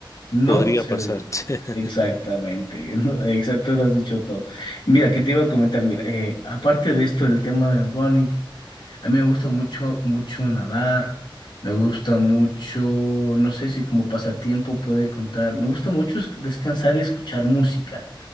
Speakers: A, on the left; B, on the left.
A: No
B: podría
A: se
B: pasar.
A: debe hacer.
B: <laughs>
A: Exactamente, <laughs> ¿no? Exacto, lo has dicho todo. Mira, ¿qué te iba a comentar? Mira, eh, aparte de esto, el tema del running. A mí me gusta mucho, mucho nadar, me gusta mucho, no sé si como pasatiempo puede contar, me gusta mucho es- descansar y escuchar música,